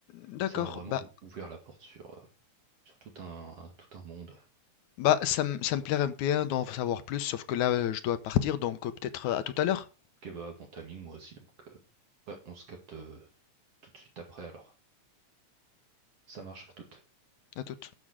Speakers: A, on the left; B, on the right.
A: d'accord.
B: Mais ça m'a vraiment
A: Bah,
B: ou- ouvert la porte sur, euh, sur tout un, tout un monde.
A: Bah, ça me ça me plairait un peu d'en savoir plus, sauf que là, heu, je dois partir, donc, heu, peut-être, heu, à tout à l'heure.
B: Ok, bah, bon timing, moi aussi. Donc, euh, ouais, on se capte euh, tout de suite après. Alors, ça marche à toute.
A: À toute.